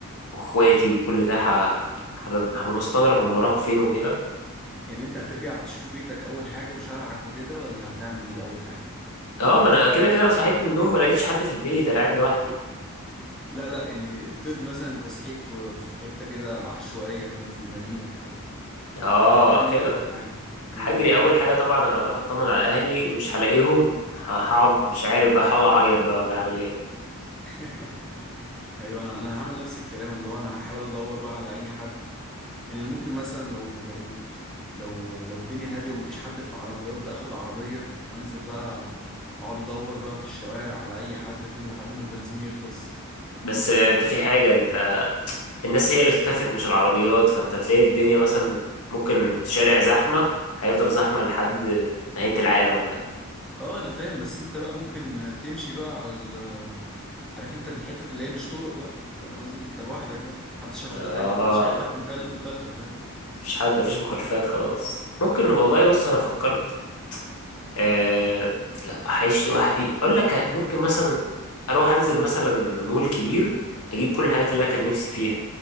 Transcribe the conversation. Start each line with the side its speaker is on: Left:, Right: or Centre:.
Left: واخواتي وكل ده ه... هبقى هبقى مستغرب هم راحوا فين وكده
Centre: يعني انت هترجع تشوف بيتك اول حاجة وشارعك وكده ولا هتعمل ايه اول حاجة
Left: اه ما انا كده كده صحيت من النوم ما لقيتش حد في البيت انا قاعد لوحدي
Centre: لا لا يعني افترض مثلا انت صحيت في في حتة كده عشوائية فاهم في المدينة كده
Left: اه
Centre: هتعمل
Left: كده
Centre: ايه اول حاجة اه
Left: هجري اول حاجه طبعا اروح اطمن على اهلي مش هلاقيهم هقعد مش عارف بقى هقعد اعيط بقى ولا اعمل ايه
Centre: <laughs> ايوه انا انا هعمل نفس الكلام اللي هو انا هحاول ادور بقى على اي حد يعني انا ممكن مثلا لو لو لو لو الدنيا هاديه ومفيش حد في العربيات بقى اخد عربيه وانزل بقى اقعد ادور بقى في الشوارع على اي حد فاهم لحد ما البنزين يخلص
Left: بس آه، انت في حاجه انت الناس هي اللي اكتفت مش العربيات فانت تلاقي الدنيا مثلا ممكن شارع زحمة هيفضل زحمة لحد نهاية العالم بقى
Centre: اه انا فاهم بس انت بقى ممكن تمشي بقى على ال... عارف انت في الحتت اللي هي مش طرق بقى فاهم قصدي انت لوحدك بقى محدش هياخد
Left: اه
Centre: محدش هياخدك مكال... مخالفه فاهم
Left: مفيش حد مفيش مخالفات خلاص ممكن والله بص انا فكرت آه لا هعيش لوحدي اقول لك ممكن مثلا اروح انزل مثلا مول كبير اجيب كل الحاجات اللي انا كان نفسي فيها